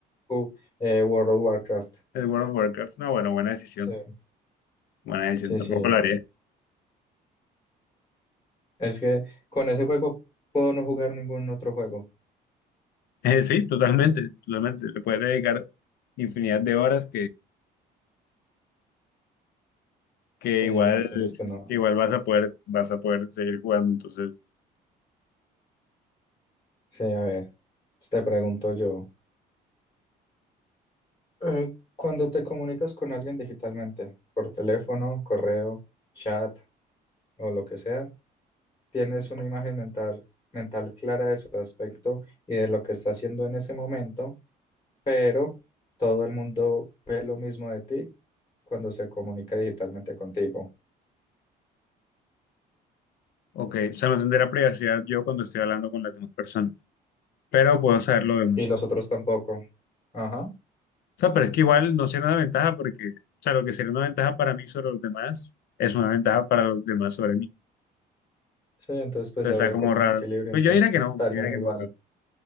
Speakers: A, on the left (about 25°); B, on the left (about 70°).
A: Uh, eh, World of Warcraft.
B: El World of Warcraft. No, bueno, buena decisión,
A: Sí,
B: buena decisión,
A: sí,
B: tampoco
A: sí.
B: lo haría. <laughs>
A: Es que con ese juego puedo no jugar ningún otro juego.
B: Eh, sí, totalmente, totalmente, le puedes dedicar infinidad de horas que
A: Sí,
B: igual,
A: entonces pues no.
B: que igual vas a poder, vas a poder seguir jugando. Entonces,
A: Sí, a ver, pues, te pregunto yo. Eh, cuando te comunicas con alguien digitalmente, por teléfono, correo, chat o lo que sea, tienes una imagen mental, mental clara de su aspecto y de lo que está haciendo en ese momento, pero todo el mundo ve lo mismo de ti cuando se comunica digitalmente contigo
B: ok, o sea, no tendré privacidad yo cuando estoy hablando con las demás personas, pero puedo saber lo demás.
A: y los otros tampoco. Ajá.
B: O sea, pero es que igual no sería una ventaja porque, o sea, lo que sería una ventaja para mí sobre los demás es una ventaja para los demás sobre mí.
A: Sí, entonces pues
B: Entonces
A: habría
B: está como
A: como
B: raro.
A: un equilibrio,
B: Pues
A: entonces
B: yo diría que
A: estarían
B: no, yo diría que
A: igual,
B: no, raro.